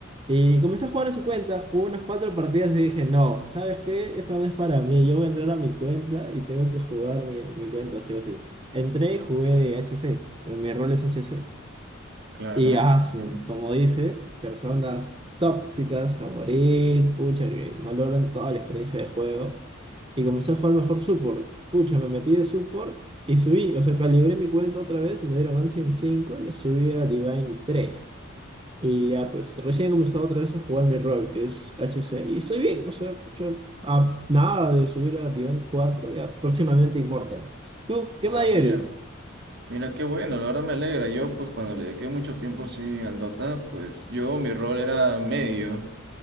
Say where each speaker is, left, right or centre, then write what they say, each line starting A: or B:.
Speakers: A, on the right; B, on the right.
A: y comencé a jugar en su cuenta, jugué unas cuatro partidas y dije, no, ¿sabes qué? Esto no es para mí, yo voy a entrar a mi cuenta y tengo que jugar mi, mi cuenta, sí o sí. Entré y jugué de HC, mi rol es HC.
B: Claro,
A: Y asu,
B: entiendo.
A: como dices, personas tóxicas a morir, pucha, que valoran toda la experiencia de juego. Y comencé a jugar mejor support. Pucha, me metí de support y subí. O sea, calibré mi cuenta otra vez, me dieron Ancient en 5, la subí a Divine tres Y ya, pues recién he comenzado otra vez a jugar mi rol, que es HC. Y estoy bien, o sea, pucha, a nada de subir a Divine cuatro ya próximamente Immortals. ¿Tú qué
B: Ah,
A: más eres?
B: mira, mira qué bueno, la verdad me alegra. Yo, pues cuando le dediqué mucho tiempo sí al Dota, pues yo mi rol era medio.